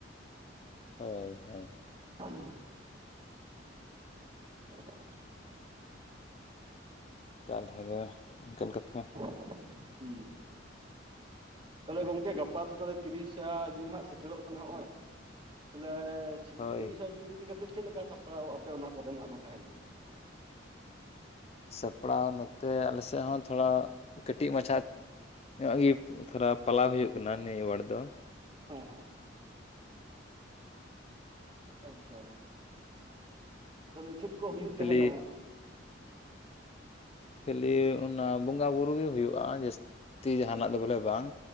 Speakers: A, on the left; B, on the right.
A: ᱦᱳᱭ ᱦᱳᱭ᱾
B: <unintelligible> <unintelligible>
A: ᱛᱟᱞᱦᱮ ᱫᱚ ᱚᱱᱠᱟᱱ ᱠᱟᱛᱷᱟ ᱾
B: <inaudible> ᱦᱩᱸ ᱛᱟᱦᱮᱞᱮ
A: ᱦᱳᱭ
B: ᱜᱚᱝᱠᱮ ᱜᱟᱯᱟ ᱛᱚ ᱛᱟᱞᱮ ᱛᱤᱨᱤᱥᱼᱥᱟ ᱡᱩᱱ ᱦᱟᱸᱜ ᱥᱮᱴᱮᱨᱚᱜ ᱠᱟᱱᱟ ᱦᱚᱸᱜᱼᱚᱭ, ᱛᱟᱦᱮᱞᱮ ᱪᱷᱤᱵᱤ
A: ᱦᱳᱭ
B: ᱛᱤᱨᱤᱥᱥᱟ ᱡᱩᱱ ᱤᱫᱤ ᱠᱟᱛᱮᱫ ᱪᱮᱫ ᱞᱮᱠᱟ ᱥᱟᱯᱲᱟᱣ ᱟᱯᱮ ᱚᱱᱟ ᱠᱚᱨᱮᱱᱟᱜ ᱫᱚ ᱛᱟᱦᱮᱸᱱᱟ?
A: ᱥᱟᱯᱲᱟᱣ ᱱᱚᱛᱮ ᱟᱞᱮ ᱥᱮᱜ ᱦᱚᱸ ᱛᱷᱚᱲᱟ ᱠᱟᱹᱴᱤᱡ ᱢᱟᱪᱷᱟ ᱧᱚᱜ ᱜᱮᱯ ᱠᱷᱟᱨᱟᱯ ᱯᱟᱞᱟᱣ ᱦᱩᱭᱩᱜ ᱠᱟᱱᱟ ᱱᱤᱭᱟᱹ ᱣᱟᱴ ᱫᱚ,
B: ᱦᱚᱸ ᱦᱮᱸ ᱦᱮᱸ ᱾ ᱟᱪᱪᱷᱟ, ᱛᱟᱦᱮᱞᱮ ᱪᱮᱫ ᱠᱚ ᱦᱩᱭᱩᱜ
A: ᱠᱷᱟᱹᱞᱤ
B: ᱛᱟᱦᱮᱱᱟ?
A: ᱠᱷᱟᱹᱞᱤ ᱚᱱᱟ ᱵᱚᱸᱜᱟ ᱵᱩᱨᱩ ᱜᱮ ᱦᱩᱭᱩᱜᱼᱟ ᱡᱟᱹᱥ ᱛᱤ ᱡᱟᱦᱟᱸᱱᱟᱜ ᱫᱚ ᱵᱚᱞᱮ ᱵᱟᱝ,